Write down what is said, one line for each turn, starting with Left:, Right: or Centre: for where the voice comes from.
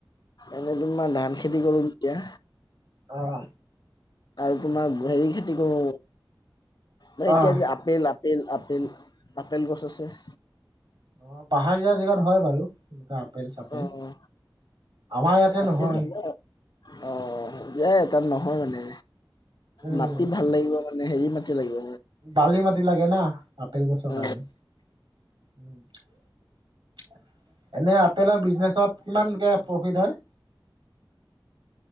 Left: এনে তোমাৰ ধান খেতি কৰো এতিয়া।
Right: অ',
Left: আৰু তোমাৰ হেৰি খেতি কৰো ম এতিয়া
Right: অ',
Left: যে আপেল - আপেল - আপেল - আপেল গছ আছে।
Right: অ পাহাৰীয়া জেগাত হয় বাৰু এনেকুৱা আপেল চাপেল,
Left: অ অ
Right: আমাৰ ইয়াতে
Left: আপেল
Right: নহয়।
Left: হ'ব অ দিয়াই তাত নহয় মানে
Right: উম,
Left: মাটি ভাল লাগিব। মানে হেৰি মাটি লাগিব।
Right: বালি মাটি লাগে না আপেল গছৰ
Left: অ
Right: কাৰণে। উম এনে আপেলৰ বিজনেচত কিমানকে প্ৰফিট হয়?